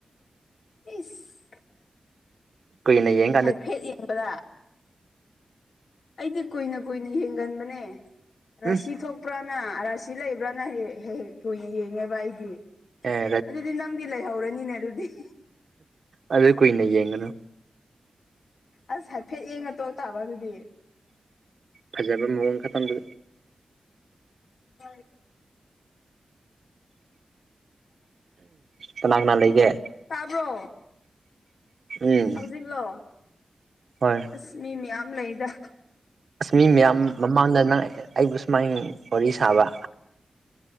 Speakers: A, on the left (about 85°); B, on the right (about 60°).
A: ꯏꯁ
B: ꯀꯨꯏꯅ ꯌꯦꯡ
A: ꯍꯥꯏꯐꯦꯠ ꯌꯦꯡꯕꯗ ꯑꯩꯗꯤ ꯀꯨꯏꯅ ꯀꯨꯏꯅ ꯌꯦꯡꯒꯟꯕꯅꯦ ꯔꯁꯤ
B: ꯎꯝ
A: ꯊꯣꯛ ꯊꯣꯛꯄ꯭ꯔꯥꯅ ꯔꯥꯁꯤ ꯂꯩꯕ꯭ꯔꯥꯅ ꯍꯦꯛ ꯍꯦꯛ ꯀꯨꯏꯅ ꯌꯦꯡꯉꯦꯕ ꯑꯩꯗꯤ
B: ꯑꯦ
A: ꯑꯗꯨꯗꯤ ꯅꯪꯗꯤ ꯂꯩꯍꯧꯔꯅꯤꯅꯦ ꯑꯗꯨꯗꯤ
B: ꯑꯗꯨꯗꯤ ꯀꯣꯏꯅ ꯌꯦꯡꯒꯅꯨ
A: ꯑꯁ ꯍꯥꯏꯐꯦꯠ ꯌꯦꯡꯉ ꯇꯣꯛ ꯇꯥꯕ ꯑꯗꯨꯗꯤ
B: ꯐꯖꯥꯕ ꯃꯑꯣꯡ ꯈꯛꯇꯪꯗꯨ
A: ꯍꯣꯏ
B: ꯀꯅꯥ ꯀꯅꯥ ꯂꯩꯒꯦ
A: ꯇꯥꯕ꯭ꯔꯣ
B: ꯎꯝ
A: ꯍꯧꯖꯤꯛꯂꯣ
B: ꯍꯣꯏ
A: ꯑꯁ ꯃꯤ ꯃꯌꯥꯝ ꯂꯩꯗ
B: ꯑꯁ ꯃꯤ ꯃꯌꯥꯝ ꯃꯃꯥꯡꯗ ꯅꯪ ꯑꯩꯕꯨ ꯁꯨꯃꯥꯏ ꯋꯥꯔꯤ ꯁꯥꯕ